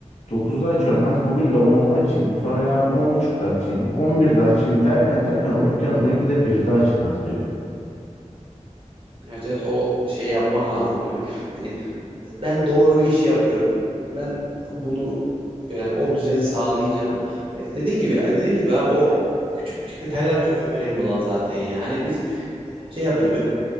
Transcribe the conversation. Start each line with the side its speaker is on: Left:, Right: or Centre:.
Left: dokuzda açıyorum. Hadi bugün de onda açayım. Sonra yarın on buçukta açayım. On birde açayım derken derken o dükkan 12'de birde açılır diyor.
Right: Evet, evet o şeyi yapman lazım değil mi? Yani ben doğru bir iş yapıyorum. Ben bunu yani o düzeni sağlayacağım. Dediğin gibi dediğimiz gibi abi o küçük küçük detaylar çok önemli olan zaten yani. Biz şey yapıyoruz böyle